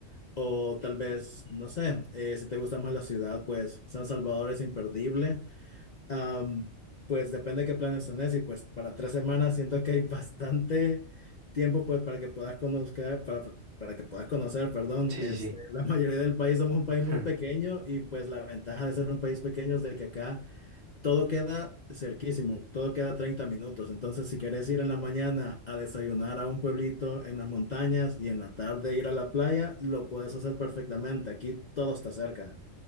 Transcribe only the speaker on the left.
o tal vez, no sé, eh, si te gusta más la ciudad, pues San Salvador es imperdible. Am, pues depende de qué planes tenés y pues para tres semanas siento que hay bastante tiempo pues para que puedas conocer, para, para que puedas conocer, perdón,
este,
<laughs> la mayoría del país somos un país
muy pequeño y pues la ventaja de ser un país pequeño es de que acá todo queda cerquísimo, todo queda 30 minutos, entonces si querés ir en la mañana a desayunar a un pueblito en las montañas y en la tarde ir a la playa, lo puedes hacer perfectamente, aquí todo está cerca.